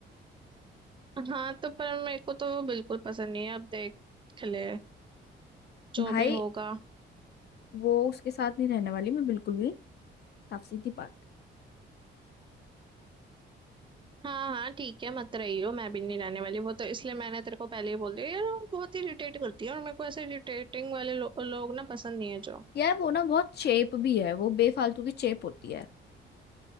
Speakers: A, on the right; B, on the left.
A: हाँ तो पर मेरे को तो वो बिल्कुल पसंद नहीं है अब देख ले जो
B: भाई
A: भी होगा
B: वो उसके साथ नहीं रहने वाली मैं बिल्कुल भी साफ सीधी बात
A: हाँ हाँ ठीक है मत रही हो मैं भी नहीं रहने वाली वो तो इसलिए मैंने तेरे को पहले ही बोल दिया यार वो बहुत ही इरिटेट करती है और मेरे को ऐसे इरिटेटिंग वाले लो, लोग ना पसंद नहीं है जो
B: यार वो ना बहुत चेप भी है वो बेफालतू की चेप होती है